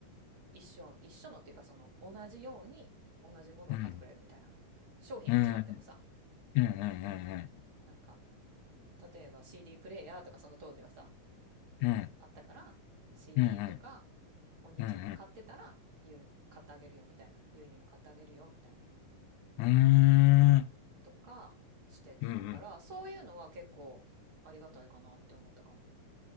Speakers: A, on the right (about 40°); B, on the left (about 80°).
A: 一緒、一緒のっていうかその同じように同じものを買ってくれるみたいな。
B: うん。
A: 商品は違ってもさ、
B: うん。うん。うん。うん。
A: なんか例えば CD プレイヤーとかその当時はさ、
B: うん。
A: あったから CD
B: うん。うん。うん。
A: とかお兄ちゃんが買ってたらゆ買ってあげるよみたいなゆいにも買ってあげるよみたいな
B: うん。うんうーん。
A: とかしてたからそういうのは結構ありがたいかなって思ったかも
B: うんうん。